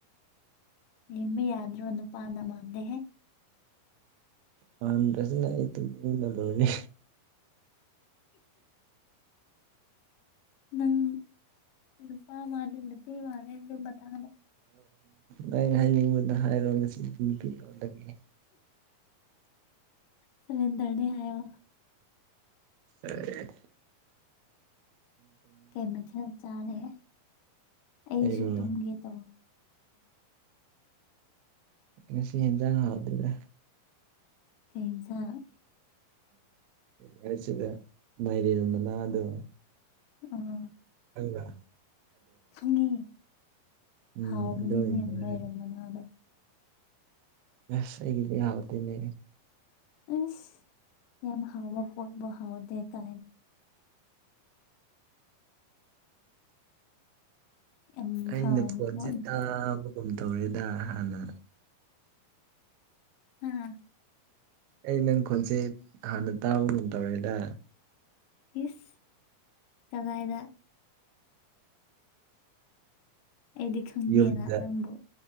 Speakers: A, on the left (about 80°); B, on the right (about 85°).
A: ꯏꯃꯤ ꯌꯥꯗꯔꯣꯟ ꯅꯨ ꯄꯥꯔꯅ ꯃꯥꯥꯟꯗ ꯍꯥꯏ
B: ꯍꯗꯁꯤ ꯑꯩꯅꯤ
A: ꯅꯪ ꯂꯨꯄꯥ ꯃꯥꯦ ꯂꯄꯤ ꯃꯥꯦ ꯑꯗꯨꯃ ꯇꯅ
B: ꯍꯣꯏ ꯅ ꯍꯥꯏꯅꯤꯡꯕꯗ ꯍꯥꯏꯔꯣ ꯉꯁꯤ ꯅꯨꯄꯤꯔꯗꯒꯤꯦ
A: ꯁꯔꯦꯟꯗ꯭ꯔꯅꯦ ꯍꯥꯏꯣ
B: ꯑꯔꯦ
A: ꯀꯩꯃꯊ ꯆꯥꯔꯦ ꯑꯩꯁꯨ
B: ꯑꯩꯔꯣ
A: ꯇꯨꯝꯒꯦ ꯇꯧꯕ
B: ꯉꯁꯤ ꯏꯖꯅ ꯍꯥꯗꯗ
A: ꯀꯩꯁ
B: ꯀꯆꯗ ꯃꯔꯤꯅꯗ
A: ꯑꯥ
B: ꯍꯗ
A: ꯈꯪꯉꯤ
B: ꯎꯝ
A: ꯍꯥꯎꯕꯅꯤꯅꯦ
B: ꯑꯗꯨ ꯑꯣꯏꯅ ꯆꯥꯔꯦ
A: ꯃꯥꯏꯔꯦꯟ ꯃꯅꯗꯣ꯫
B: ꯑꯁ ꯑꯩꯒꯤꯗꯤ ꯌꯥꯎꯗꯦꯅꯦ꯫
A: ꯑꯁ ꯌꯥꯝ ꯍꯥꯎꯕ ꯄꯣꯠꯕꯨ ꯍꯥꯎꯗꯦ ꯍꯥ꯫ ꯌꯥꯝ
B: ꯑꯩꯅ
A: ꯍꯥꯎꯕ
B: ꯐꯣꯟꯁꯦ
A: ꯄꯣꯠꯅꯤ
B: ꯇꯥꯕꯒꯨꯝ ꯇꯧꯔꯦꯗ ꯍꯥꯟꯅ꯫
A: ꯎꯝ꯫
B: ꯑꯩ ꯅꯪ ꯈꯣꯟꯁꯦ ꯍꯥꯟꯅ ꯇꯥꯕꯒꯨꯝ ꯇꯧꯔꯦꯗꯥ꯫
A: ꯏꯁ ꯀꯒꯥꯏꯗ꯫ ꯑꯩꯗꯤ ꯈꯪꯗꯦꯅ
B: ꯌꯨꯝꯗ
A: ꯅꯪꯕꯨ꯫